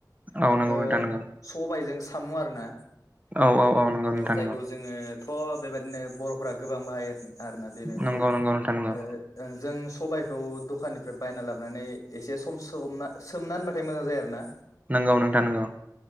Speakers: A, on the right (about 20°); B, on the left (about 45°).
A: औ नंगौ
B: ओ
A: नोंथां नंगौ
B: सबायजों साम' आरो ना
A: औ औ औ नंगौ नोंथां
B: जायखौ
A: नंगौ
B: जोङो थ' बेबायदिनो बर'फोरा गोबां बाहायो आरोना बे मैगंखौ
A: नंगौ नंगौ नोंथां नंगौ
B: ओ जों जों सबायखौ दखाननिफ्राय बायना लाबोनानै एसे सम सोमना सोमना होनबाथाय मोजां जायो आरोना
A: नंगौ नोंथा नोंगौ